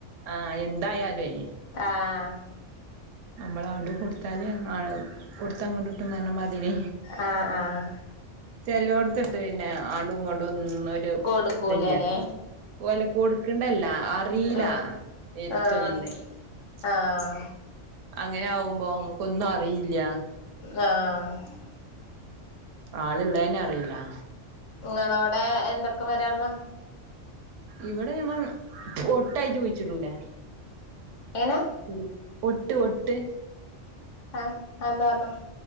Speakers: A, on the right (about 80°); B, on the left (about 75°).
A: ആ എന്തായാലുവേ
B: ആഹ്
A: നമ്മള് അടു കൊടുത്താല് കൊടുത്ത അങ്ങോട്ടിട്ട്ന്ന <unintelligible> പറഞ്ഞമാതിരി
B: ആഹ് ആഹ്
A: ചെലോട്ത്ത്ണ്ട് പിന്നെ ആടും ഇങ്ങ്ടും ഒന് ഒരു
B: കൊടുക്കൂലല്ലേ
A: ഇതില്ല ഓല കൊടുക്കണ്ടല്ല അറീല
B: ആഹ്
A: എടുത്തൊന്ന്
B: ആഹ്
A: <unintelligible>
B: ആഹ്.
A: അങ്ങനെ ആവുമ്പോ നമുക്കൊന്നും അറിയില്യ.
B: ആഹ്.
A: ആള് ഇള്ളെന്നെ അറിയില്ല.
B: നിങ്ങളോടെ എന്തൊക്കെ വരാ ഒള്ളെ
A: ഇവിടെ മ്മ ഒട്ടായിറ്റ് പോയി ചിടൂലേ?
B: എന
A: പി ഒട്ട് ഒട്ട്.
B: ആഹ് അത് എന്താ പറഞ്ഞ